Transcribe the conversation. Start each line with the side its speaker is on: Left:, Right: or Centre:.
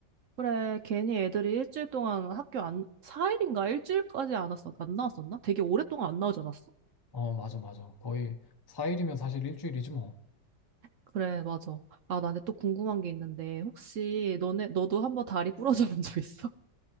Right: 그래. 괜히 애들이 일주일 동안 학교 안, 4일인가 일주일까지 안 왔어. 안 나왔었나? 되게 오랫동안 안 나오지 않았어?
Left: 어 맞아 맞아. 거의 4일이면 사실 일주일이지 뭐.
Right: 그래, 맞아. 아, 나 근데 또 궁금한 게 있는데, 혹시 너네, 너도 한번 다리 부러져 본 적 있어? <laughs>